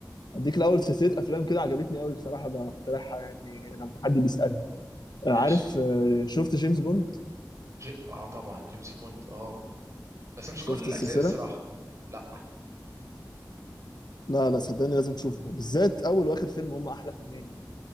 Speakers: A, on the left; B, on the right.
A: اديك الاول سلسله افلام كده عجبتني قوي بصراحه بقترحها يعني لما حد بيسالني أه عارف
B: ماشي
A: أه شفت جيمس بوند
B: ج... اه طبعا جيمس بوند اه بس مش
A: شفت
B: كل الاجزاء
A: السلسله
B: الصراحه لا
A: لا لا صدقني لازم تشوفه بالذات اول واخر فيلم هم احلى فيلمين يعني